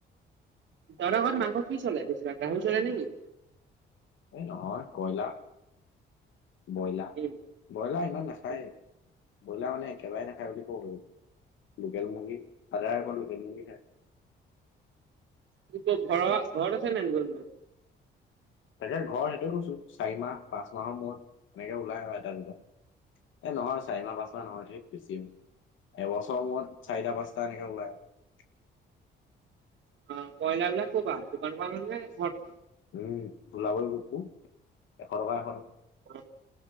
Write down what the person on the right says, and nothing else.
দৰাঙৰ মাংস কি চলে বেছিভাগ গাহৰি চলে নেকি?
উম
উম
কি তোৰ ঘৰ ঘৰত আছে নে ব ম।
<inaudible> অ কয়লা বলাক কৰ পৰা দোকান নে ঘৰ।
অ